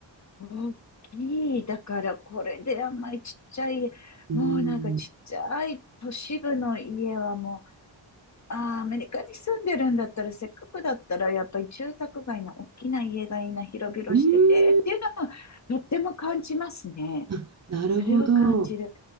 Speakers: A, on the left; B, on the right.
A: 大きい。だから、これであんまりちっちゃい、
B: うーん。
A: もうなんかちっちゃい都市部の家はもうああ、アメリカに住んでるんだったら、せっかくだったら、やっぱり住宅街の大きな家がいいな、広々してて、
B: うーん。
A: っていうのは、とっても感じますね。
B: あ、なるほど。
A: それは感じる。